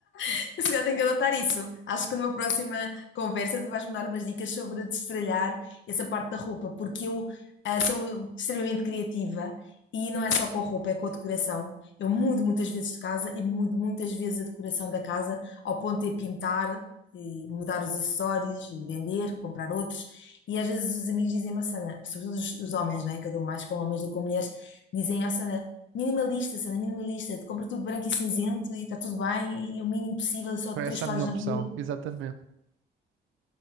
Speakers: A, on the left; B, on the right.
A: <laughs> Eu se calhar tenho que adotar isso. Acho que numa próxima conversa tu vais-me dar umas dicas sobre destralhar essa parte da roupa, porque eu ah, sou extremamente criativa e não é só com a roupa, é com a decoração. Eu mudo muitas vezes de casa e mudo muitas vezes a decoração da casa ao ponto de pintar e mudar os acessórios e vender, comprar outros. E às vezes os amigos dizem-me, "Oh, Sana, sobretudo os, os homens, não é? Que eu dou mais com homens do que com mulheres, dizem, "Oh, Sana, Minimalista, Sandra, minimalista. Te compra tudo branco e cinzento e está tudo bem e o mínimo possível, só
B: Foi
A: três
B: essa
A: quadros
B: a minha opção,
A: na parede.
B: exatamente.